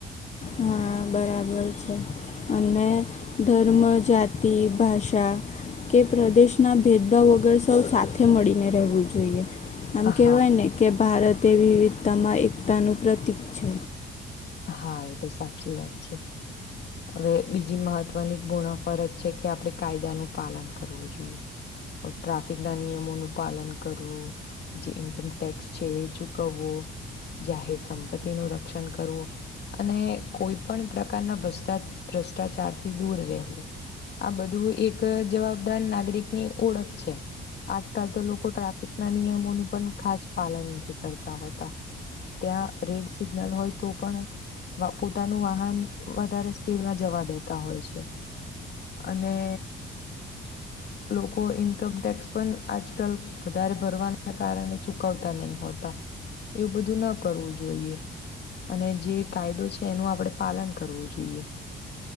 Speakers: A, on the left (about 35°); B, on the left (about 55°).
A: હા બરાબર છે, અને ધર્મ જાતિ ભાષા. કે પ્રદેશના ભેદભાવ વગર સૌ સાથે મળીને રહેવું જોઈએ. આમ કહેવાય
B: હા
A: ને કે ભારત એ વિવિધતામાં એકતાનું પ્રતીક છે.
B: હા એ તો સાચી વાત છે. હવે બીજી મહત્વની પૂર્ણ ફરજ છે, કે આપણે કાયદાનું પાલન કરવું જોઈએ. ટ્રાફિકના નિયમોનું પાલન કરવું. જે ઇન્કમ ટેક્સ છે, એ ચૂકવવો જાહેર સંપત્તિ નું રક્ષણ કરવું. અને કોઈપણ પ્રકારનાર ભ્રષ્ટાચાર થી દૂર રહેવું. આ બધું એક જવાબદાર નાગરિકની ઓળખ છે. આજકાલ તો લોકો ટ્રાફિક ના નિયમોનું પણ ખાસ પાલન નથી કરતા હોતા ત્યાં રેડ સિગ્નલ હોય તો પણ પોતાનું વાહન વધારે સ્પીડમાં જવા દેતા હોય છે. અને લોકો ઇન્કમટેક્સ પણ આજકાલ વધારે ભરવાના કારણે ચુકવતા નહી હોતા. એવું બધું ના કરવું જોઈએ અને જે કાયદો છે એનું આપડણે પાલન કરવું જોઈએ